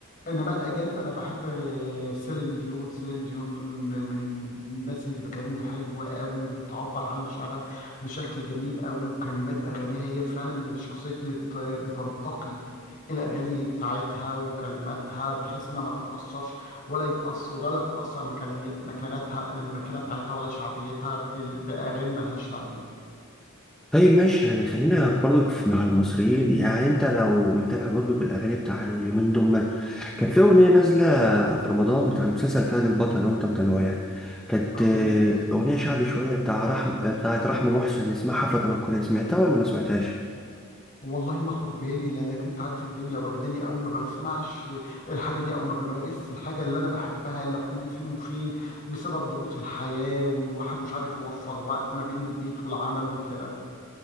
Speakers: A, on the left; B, in the centre.
A: إنما الأجانب أنا بحب آه، سيلين ديون سيلين ديون من الناس اللي بتغني حلو قوي وبتعبر عن مشاعرها بشكل جميل قوي وكلمات أغانيها هي فعلا من الشخصيات اللي بت... بتنتقي الأغاني بتاعتها وكلماتها بحيث إنها ما تتأثرش ولا يتأثر ولا تتأثر مكانية مكانتها المكانة بتاعتها ولا شعبيتها بال- بأغاني ملهاش لازمة
B: طيب ماشي يعني خلينا برضو في- مع المصريين يعني انت لو متابع برضو الاغاني بتاع اليومين دول كان في اغنيه نازله في رمضان بتاع مسلسل فهد البطل لو انت متابعه يعني كانت
A: هو
B: آه، اغنيه شعبي شويه بتاع رحم بتاعت رحمه محسن اسمها حفله تنكريه سمعتها ولا ما سمعتهاش
A: والله ما خد بالي لانك انت عارف الدنيا واخداني قوي ما بسمعش الحاجه دي او ما بمارسش الحاجه اللي انا بحبها الا كل فين وفين بسبب ضغوط الحياه والواحد مش عارف يوفر وقت ما بين البيت والعمل وكده